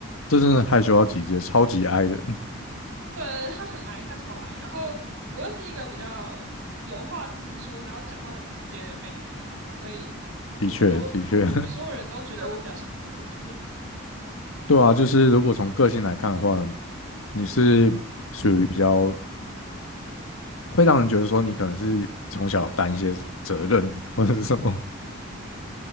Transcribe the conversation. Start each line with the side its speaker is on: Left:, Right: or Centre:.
Left: 这真的害羞到极致，超级 i 人，
Right: 对，他很矮，他超矮，然后我又是一个比较有话直说，然后讲话很直接的妹妹，所以我们都所有人都觉得我比较像姐姐。
Left: 的确的确，<laughs> 对啊，就是如果从个性来看的话，你是属于比较会让人觉得说你可能是从小担一些责任或者是什么，